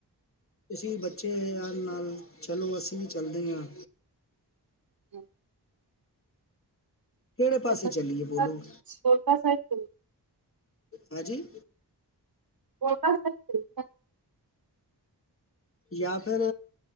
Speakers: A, on the left; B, on the right.
A: ਤੁਸੀਂ ਬੱਚ੍ਯਾਂ ਨਾਲ ਚਲੋ ਅਸੀਂ ਵੀ ਚੱਲਦੇ ਆਂ।
B: <unintelligible>
A: ਕੇੜੇ ਪਾਸੇ
B: ਕੋਲਕਾ
A: ਚੱਲੀਏ ਬੋਲੋ,
B: ਸਾਈਡ ਚਲ
A: ਹਾਂਜੀ?
B: <unintelligible>
A: ਯਾ ਫੇਰ